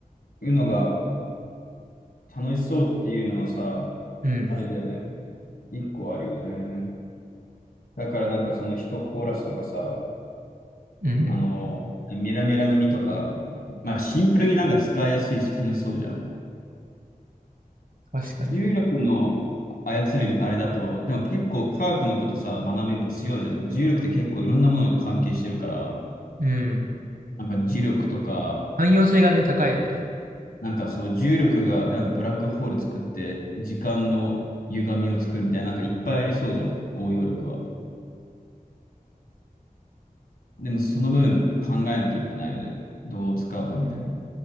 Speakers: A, on the left; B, on the right.
A: うのが楽しそうっていうのはさ、
B: うん。
A: あれだよね。一個あるよね。だからなんかその人コーラスとかさ、
B: うん。
A: あの、メラメラの実とか、まあシンプルになんか使いやすいし楽しそうじゃん。
B: 確かにね。
A: 重力の操るあれだと、でも結構科学のことさ、学べば強いじゃん。重力って結構いろんなものに関係してるから、
B: うん。
A: なんか磁力とか、
B: 汎用性がね、高いよね。
A: なんかそう重力がなんかブラックホール作って時間の歪みを作るみたいな、なんかいっぱいありそうじゃん。応用力は。でもその分考えなきゃいけないよね。どう使うかみたいな。